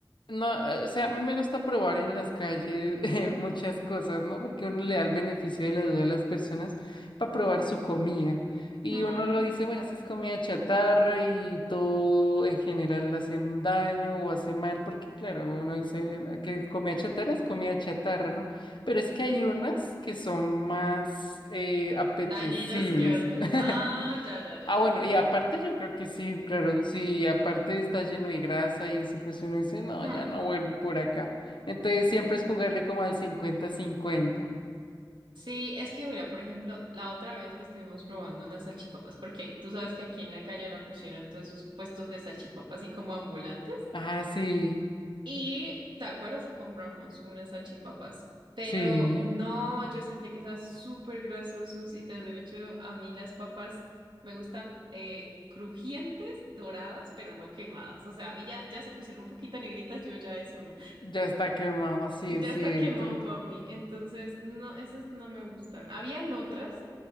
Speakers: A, on the left (about 75°); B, on the right (about 75°).
A: no, eh, o sea, a mí me gusta probar en las calles <laughs> eh, muchas cosas, ¿no? Porque uno le da el beneficio de la duda a las personas para probar su comida. Y
B: Mm,
A: uno lo dice, bueno, es que es comida chatarra y todo en general hace un daño o hace mal, porque claro, uno dice "Ah, que comida chatarra es comida chatarra, ¿no? Pero es que hay
B: mm.
A: unas que son más eh, apetecibles.
B: Dañinos que otras.
A: <laughs>
B: Ah, ya, ya, ya,
A: Ah,
B: ya
A: bueno,
B: te entiendo.
A: y aparte yo creo que sí, claro, sí, aparte está lleno de grasa y eso, pues uno dice, no,
B: Mm.
A: ya no vuelvo por acá. Entonces siempre es jugarle como al cincuenta-cincuenta.
B: Sí, es que mira, por ejemplo, la otra vez que estuvimos probando unas salchipapas, porque tú sabes que aquí en la calle ahora pusieron todos esos puestos de salchipapas así como ambulantes.
A: Ah, sí,
B: Y te acuerdas que compramos unas salchipapas, pero
A: sí,
B: no, yo sentía que eran súper grasosos y tras el hecho, a mí las papas me gustan eh, crujientes, doradas, pero no quemadas. O sea, a mí ya, ya se pusieron un poquito negritas, yo ya eso no.
A: ya está quemado, sí,
B: Ya
A: es cierto.
B: está quemado para mí. Entonces, no, esas no me gustaron. Habían otras